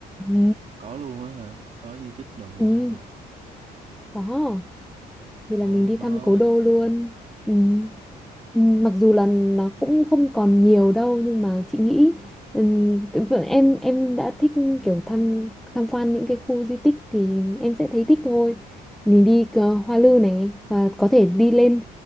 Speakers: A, in the centre; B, on the right.
A: ừ.
B: có luôn á hả? Có di tích đồ luôn
A: Ừ.
B: đó hả?
A: có thì
B: Ồ,
A: là mình đi
B: ngon,
A: thăm cố đô luôn ừ. Ừm, mặc dù là nó cũng không còn nhiều đâu nhưng mà chị nghĩ ừm, tự- vẫn- em em đã thích kiểu tham tham quan những cái khu di tích thì em sẽ thấy thích thôi mình đi cờ Hoa Lư này và có thể đi lên